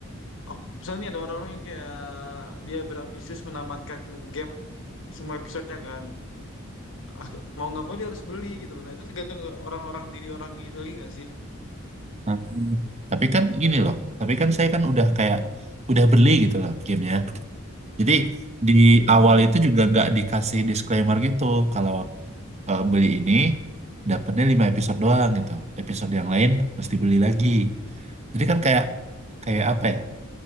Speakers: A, on the left; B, on the right.
A: Oh, misalnya nih ada orang-orang yang kayak dia berambisius menamatkan game semua episodenya kan. Ah, Mau nggak mau dia harus beli gitu loh. Nah itu tergantung orang-orang diri orang itu lagi nggak sih?
B: Nah, tapi kan gini loh, tapi kan saya kan udah kayak udah beli gitu loh gamenya. Jadi di awal itu juga nggak dikasih disclaimer gitu kalau eh, beli ini dapatnya 5 episode doang gitu. Episode yang lain mesti beli lagi. Jadi kan kayak kayak apa ya?